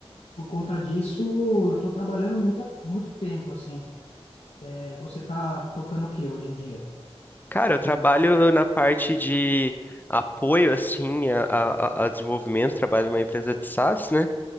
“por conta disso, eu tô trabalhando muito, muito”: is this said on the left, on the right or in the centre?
Left